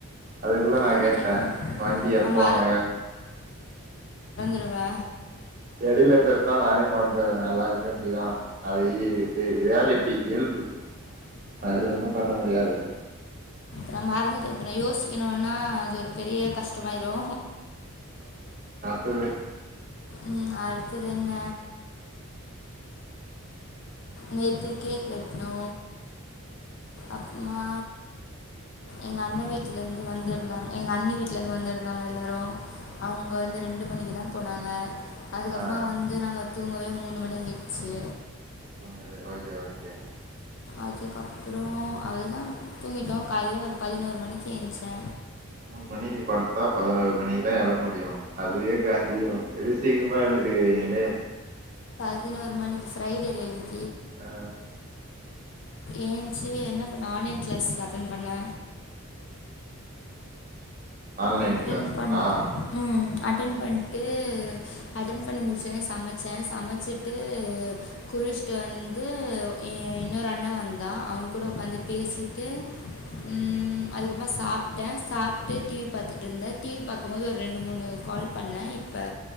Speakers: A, on the right; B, on the left.
A: அதுக்குள்ள நா
B: என்ன
A: கேட்டே
B: கேட்கணும்
A: வண்டி எப்போங்க
B: நான் டுவ
A: எடையில பேசுனா நானே மறந்தறே எல்லாருமே அப்டிதா அது இ ரியால்ட்டி இயல்பு அது ஒன்னு பண்ண முடியாது
B: நான் மறந்துட்டே இப்ப நா யோசிக்கணுனா அது ஒரு பெரிய கஷ்டமாயிரு
A: டுவே
B: ம் அடுத்தது என்ன நேத்து கேக் வெட்ணோ அப்பமா எங்க அண்ண வீட்டுல இருந்து வந்துருந்தாங்க எங்க அண்ணி வீட்டுல இருந்து வந்திருந்தாங்க எல்லாரு அவுங்க வந்து ரெண்டு மணிக்கு தா போனாங்க அதுக்கப்புறமா
A: ஆ
B: வந்து நாங்க தூங்கவே மூணு மணி ஆயிட்ச்சி
A: தூங்கவே ஓகே ஓகே
B: அதுக்கப்புறோ அவள்தா தூங்கிட்டோ காலைல ஒரு பதினோரு மணிக்கு எந்ச்சே
A: மூணு மணிக்கு படுத்தா பதினோரு மணிக்கு தா எழ முடியு அதுவே அதியோ எப்டி சீக்கிரமா எழுதிட் இருக்கீங்களே
B: பதினொரு மணி இப்ப ஃப்ரைடேல இன்னிக்
A: ஆ
B: ஏன்ச்சி என்ன பண்ண ஆன்லைன் கிளாஸ் அட்டன் பண்ண
A: ஆன்லைன்
B: அட்டன்
A: கிளாஸுங்களா
B: பண்ட்டு ம் அட்டன்
A: ம்
B: பண்ட்டு டு அட்டெண் பண்ணி முடிச்சனே சமைச்சே சமைச்சுட்டு குளிச்ட்டு வந்து ஏ இன்னொரு அண்ண வந்தா அவ கூட உக்காந்து பேசிட்டு ம் அதுக்கப்புறமா சாப்பிட்ட சாப்ட்டு டிவி பாத்துட்டு இருந்த டிவி பாக்கு மோது ஒரு ரெண்டு மூணு கால் பண்ணே இப்ப